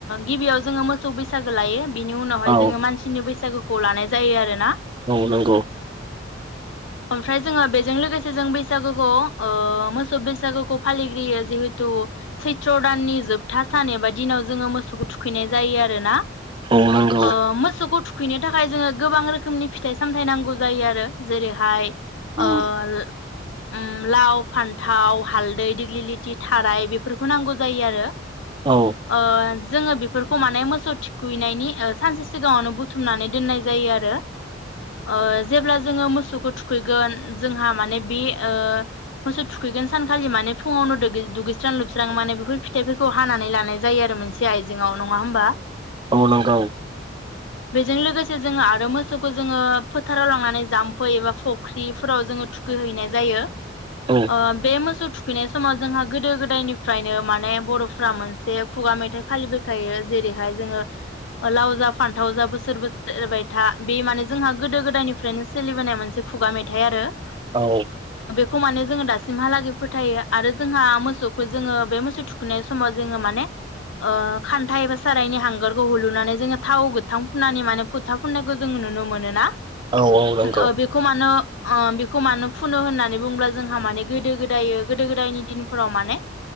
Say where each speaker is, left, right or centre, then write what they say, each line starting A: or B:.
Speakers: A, on the left (about 80°); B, on the right (about 25°).
A: गिबियाव जोङो मोसौ बैसागो लायो । बिनि उनावहाय
B: औ
A: जोङो मानसिनि बै बैसागुखौ लानाय जायो आरो ना ।
B: औ नोंगौ ।
A: ओमफ्राय जोङो बेजों लोगोसे जों बैसागुखौ ओ मोसौ बैसागुखौ फालिग्रोयो जिहेथु सैथ्र दाननि जोबथा सान एबा दिनाव जोङो मोसौखौ थुखैनाय जायो आरोना ।
B: औ नंगौ
A: अ मोसौखौ थु थुखैनो थाखाय जोङो गोबां रोखोमनि फिथाइ सामथायाइ नांगौ जायो आरो जेरैहाय
B: उम
A: अ । उम लाव फान्थाव हालदै दिग्लिलिथि थाराय बेफोरखौ नांगौ । जायो आरो ।
B: औ
A: ओ । जोङो बेफोरखौ माने मोसौ थुखैनायनि सानसे सिगाङावनो बुथुमनानै दोननाय जायो आरो ओ जेब्ला जोङो मोसौखौ थुखैगोन जोंहा माने बे ओ मोसौ थुखैगोन सानखालि माने फुङावनो दुगैस्रां लोबस्रां माने बे बेफोर फिथाइफोरखौ हानानै लानाय जायो आरो मोनसे आइजेंआव नङा होमबा?
B: औ नांगौ
A: बेजों लोगोसे जोङो आरो मोसौखौ जोङो फोथाराव लांनानै जाम्फै एबा फुख्रिफोराव जोङो थुखैहैनाय जायो ।
B: औ
A: आ बे मोसौ थुखैनाय समाव जोंहा गोदो गोदायनिफ्रायनो मान माने बर'फ्रा मोनसे खुगा मेथाइ फालिबायखायो जेरैहाय जोङो लाव जा फान्थाव जा बोसोर बोसोर एरबाय था बे माने जोंहा गोदो गोदायनिफ्रायनो सोलिबोनाय मोनसे खुगा मेथाइ आरो ।
B: औ।
A: खौ माने जोङो दासिमहालागै फोथायो आरो जोंहा मोसौखौ जोङो बे मोसौ थुखै थुखैनाय समाव जोङो माने ओ खान्थाइ एबा सारायनि हांगारखौ हुलुनानै जोङो थाव गोथां फुननानै माने फुथा फुननायखौ जोङो नुनो मोनोना।
B: औ औ नंगौ
A: ओम बेखौ मानो ओ बेखौ मानो फुनो होननानै बुंङुब्ला जोंहा माने गोदो गोदाय गोदो गोदायनि दिनफोराव माने